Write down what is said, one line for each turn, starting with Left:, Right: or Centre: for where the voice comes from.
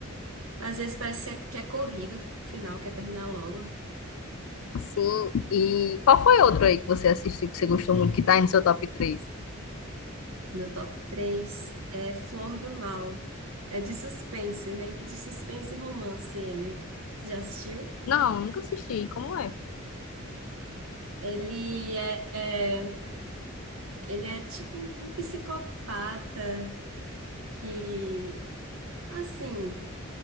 Right: Às vezes parece que é corrido o final, quer terminar logo.
Left: Sim. E qual foi outro aí que você assistiu que você gostou muito que tá aí no seu top três
Right: Meu top 3 é Flor do Mal. É de suspense, é meio que de suspense e romance ele. Você já assistiu?
Left: Não, nunca assisti. Como é?
Right: Ele é, é- ele é tipo um um psicopata que, assim,